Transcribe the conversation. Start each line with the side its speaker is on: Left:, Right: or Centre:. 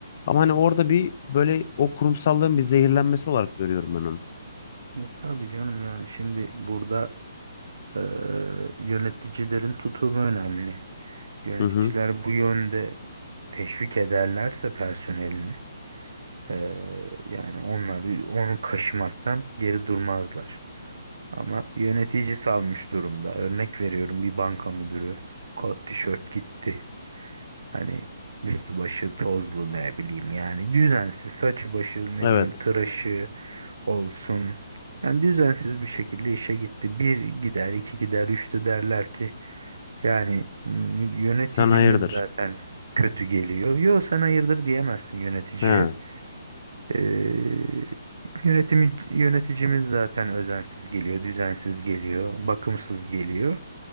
Left: Ama hani orada bir böyle o kurumsallığın bir zehirlenmesi olarak görüyorum ben onu.
Right: Yok, Tabii canım yani şimdi burada eee, yöneticilerin tutumu önemli. Yöneticiler
Left: Hı hı.
Right: bu yönde teşvik ederlerse personelini eee, yani onlar onu kaşımaktan geri durmazlar. Ama yönetici salmış durumda. Örnek veriyorum bir banka müdürü kot tişört gitti. Hani üstü başı tozlu ne bileyim yani düzensiz saçı başı ne
Left: Evet.
Right: bileyim tıraşı olsun. Yani düzensiz bir şekilde işe gitti. Bir gider, iki gider, üçte derler ki yani m- yöneticimiz
Left: Sen hayırdır?
Right: zaten kötü geliyor. Yo sen hayırdır diyemezsin yöneticiye.
Left: He.
Right: Ee, yönetimi, yöneticimiz zaten özensiz geliyor, düzensiz geliyor, bakımsız geliyor.